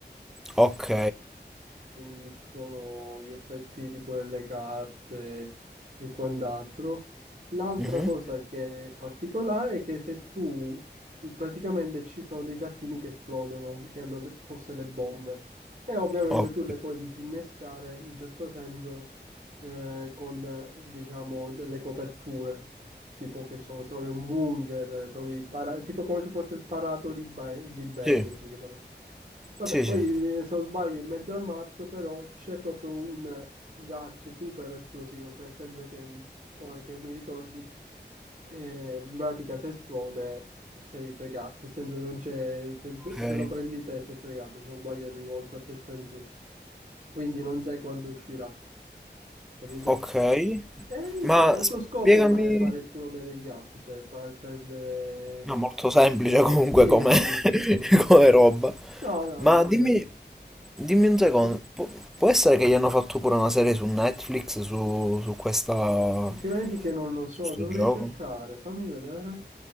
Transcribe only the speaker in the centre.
Ok.
Mhm.
Ok.
Sì,
sì,
sì.
Ok,
ok.
Ma
spiegami,
no, molto semplice comunque
come,
<laughs>
come roba.
Ma
dimmi, dimmi un secondo, pu- può essere che gli hanno fatto pure una serie su Netflix su, su questa,
su sto
gioco?